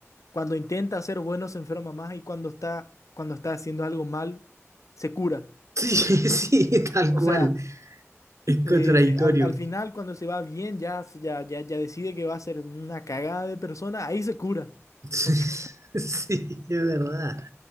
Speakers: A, on the left; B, on the right.
A: cuando intenta ser bueno se enferma más y cuando está, cuando está haciendo algo mal, se cura.
B: Sí, <laughs> sí, tal
A: O
B: cual,
A: sea,
B: es
A: eh,
B: contradictorio.
A: al, al final cuando se va bien, ya, se- ya, ya, ya decide que va a ser una cagada de persona, ahí se cura.
B: <laughs>
A: O sea,
B: Sí, es verdad,